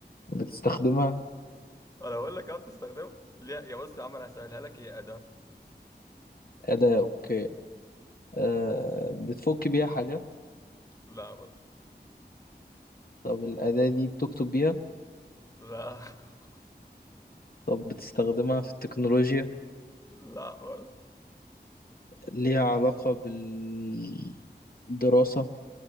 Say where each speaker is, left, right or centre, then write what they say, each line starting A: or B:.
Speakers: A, on the left; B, on the left.
A: بتستخدمها
B: انا بقول لك اه بتستخدمها لا يا بص يا عم انا هسهلها لك هي أداة
A: أداة أوكي آه... بتفك بيها حاجات
B: لا برضه
A: طب الأداة دي بتكتب بيها
B: لا <laughs>
A: طب بتستخدمها في التكنولوجيا
B: لا برضه
A: ليها علاقة بالدراسة